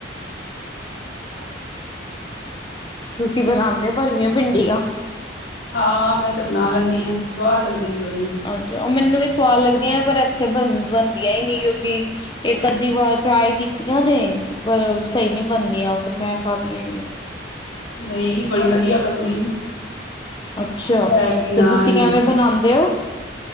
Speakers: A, on the left; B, on the left.
A: <unintelligible>
B: ਤੁਸੀਂ ਬਣਾਉਂਦੇ ਹੋ ਭਰਵੀਆਂ ਭਿੰਡੀਆਂ।
A: ਹਾਂ। ਮੈਂ ਤੇ ਬਣਾ ਲੈਂਦੀ ਹਾਂ। ਸੁਆਦ ਲੱਗਦੀ ਬੜੀ।
B: ਉਹ ਮੈਨੂੰ ਵੀ ਸੁਆਦ ਲੱਗਦੀਆਂ ਪਰ ਇੱਥੇ ਬ ਬਣਦੀਆਂ ਹੀ ਨੀ ਕਿਉਂਕਿ। ਇੱਕ ਅੱਧੀ ਵਾਰ ਟਰਾਈ ਕੀਤੀਆਂ ਨੇ। ਪਰ ਸਹੀ ਨਹੀਂ ਬਣਦੀਆਂ ਫੇਰ ਮੈਂ ਖਾਦੀਆਂ ਹੀ ਨੀਂ।
A: ਨਹੀਂ ਬੜੀ ਵਧੀਆ ਬਣਦੀ।
B: ਅੱਛਾ
A: ਐ ਕਿ ਨਾ
B: ਤੇ ਤੁਸੀਂ
A: ਏ
B: ਕਿਵੇਂ ਬਣਾਉਂਦੇ ਹੋ